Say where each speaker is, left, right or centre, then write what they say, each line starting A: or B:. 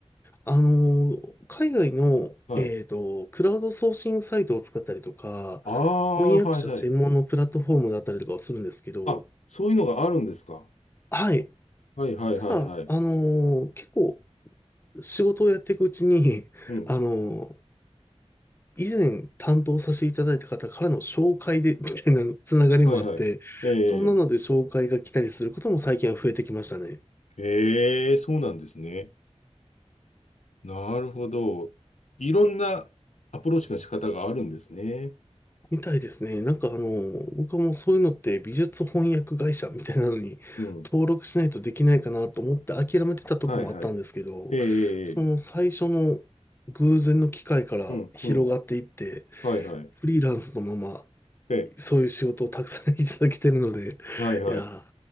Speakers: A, on the left; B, on the left.
A: あの、海外の、
B: はい
A: えーと、クラウドソーシングサイトを使ったりとか、
B: ああ、
A: 翻訳者専門のプラットフォームだったりとかをするんですけど、
B: はいはい。あ、そういうのがあるんですか。
A: はい。
B: はいはいはいはい。
A: ただ、あの、結構仕事をやっていくうちに、
B: うん。
A: あの、以前担当させていただいた方からの紹介で、<laughs> みたいなつながりもあって、
B: はいはい。ええ、
A: そんなので紹介が来たりすることも最近は増えてきましたね。
B: ええ、そうなんですね。なるほど。いろんなアプローチの仕方があるんですね。
A: みたいですね。なんかあの、僕はもうそういうのって美術翻訳会社みたいなのに登録しないとできないかなと思って諦めてたとこもあったんですけど、
B: うん。はいはい。ええ、
A: その最初の偶然の機会から広がっていって、
B: ええうん、うん。はいはい。
A: フリーランスのまま
B: ええ、
A: そういう仕事をたくさん <laughs> いただけてるので、
B: はいはい。
A: いや
B: う